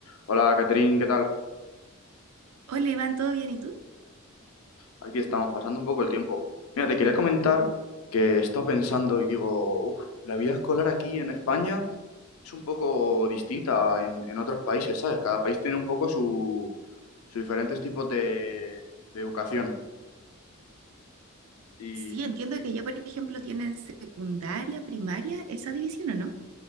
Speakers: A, on the left; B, on the right.
A: Hola, Catherine, ¿qué tal?
B: Hola Iván, ¿todo bien? ¿Y tú?
A: Aquí estamos, pasando un poco el tiempo. Mira, te quería comentar que he estado pensando y digo, "Uf, la vida escolar aquí en España es un poco distinta en, en otros países, ¿sabes? Cada país tiene un poco su, sus diferentes tipos de, de educación. Y
B: Sí, entiendo
A: eh,
B: que ya, por ejemplo, tienen secundaria, primaria, esa división, ¿o no?